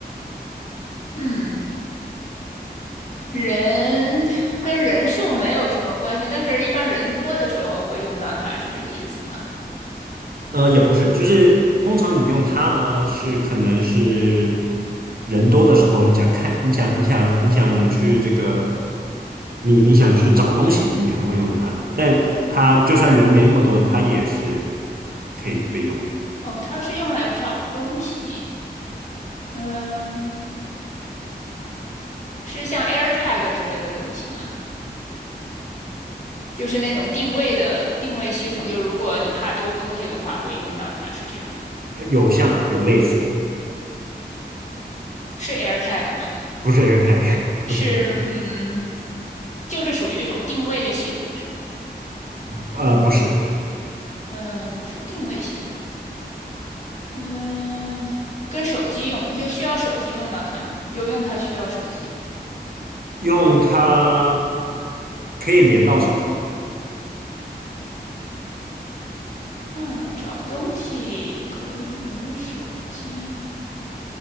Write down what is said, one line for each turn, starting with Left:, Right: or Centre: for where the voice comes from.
Left: 嗯，人跟人数没有什么关系，但是一般人多的时候会用到它，是这个意思吗？
Right: 呃，也不是，就是通常你用它呢，是可能是人多的时候，你想看，你想，你想，你想去这个，你你想去找东西，你可能会用到它。但它就算人没那么多，它也是可以被用的。
Left: 哦，它是用来找东西，嗯，是像 AirTag 之类的东西吗？就是那种定位的定位系统，就如果你怕丢东西的话，会用到它，是这样吗？
Right: 呃有像有类似，
Left: 是 AirTag 吗？
Right: 不是 AirTag，<laughs> 不是，
Left: 是嗯，就是属于一种定位的系统是吗？
Right: 呃，不是，
Left: 嗯、不是定位系统，嗯、跟手机用就需要手机用到它吗？有用它需要手机吗？
Right: 用它可以连到手机，
Left: 嗯，找东西可以连手机，